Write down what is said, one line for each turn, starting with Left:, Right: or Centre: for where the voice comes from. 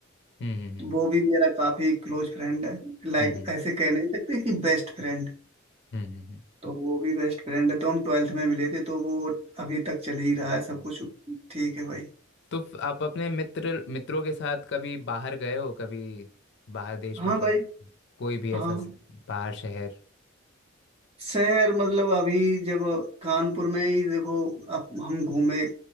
Left: हम्म हम्म
Right: वो भी मेरा काफी क्लोज फ्रेंड है लाइक
Left: हम्म
Right: ऐसे कह नहीं सकते कि बेस्ट फ्रेंड
Left: हम्म, हम्म, हम्म।
Right: तो वो भी बेस्ट फ्रेंड है तो हम ट्वेल्थ में मिले थे तो वो अभी तक चल ही रहा है सब कुछ ठीक है भाई
Left: तो फ- आप अपने मित्र मित्रों के साथ कभी बाहर गए हो कभी बाहर देश
Right: हाँ
Left: मतलब
Right: भाई
Left: कोई भी ऐसा
Right: हाँ
Left: स- बाहर शहर
Right: शहर मतलब अभी जब कानपुर में ही देखो अब हम घूमे